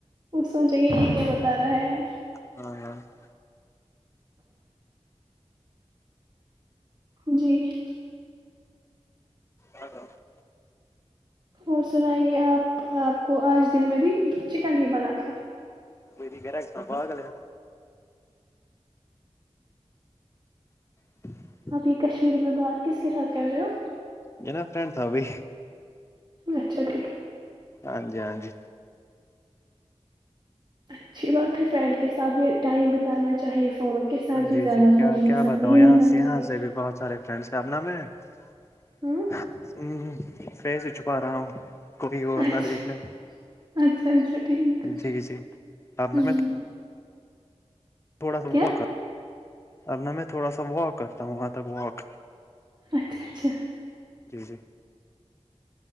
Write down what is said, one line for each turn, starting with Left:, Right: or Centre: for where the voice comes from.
Right: وہ سوچیں گے یہ کیا بتا رہا ہے
Left: <inaudible>
Right: جی
Left: ہ <inaudible>
Right: اور سنائیے آپ آپ کو آج دن میں بھی چکن ہی بنا تھا
Left: ودی کہ رہا بسما پاگل ہے <inaudible>
Right: آپ یہ کشمیری میں بات کس کے ساتھ کر رہے ہو
Left: جو نا فرینڈ تھا ابھی
Right: اچھا ٹھیک
Left: ہاں جی ہاں جی
Right: اچھی بات ہے فرینڈ کے ساتھ بھی ٹائم بتانا چاہیے فون کے ساتھ بھی
Left: جی
Right: زیادہ
Left: جی کیا
Right: فون
Left: کیا
Right: کے ساتھ
Left: بتاؤں
Right: نہیں
Left: یہاں
Right: رہنا
Left: سے یہاں
Right: چاہیے
Left: سے بھی بہت سارے فرینڈس شبنم میںم
Right: ہوں
Left: ف سے چھپا رہا ہوں کوئی اور
Right: اچھا
Left: نہ دیکھ لیں
Right: اچھا اچھا ٹھیک
Left: جی جی آپ
Right: ہوں
Left: نے میں تھوڑا سا
Right: کیا
Left: واک اب نہ میں تھوڑا سا واک کرتا ہوں وہاں تک واک
Right: اچھا اچھا
Left: جی جی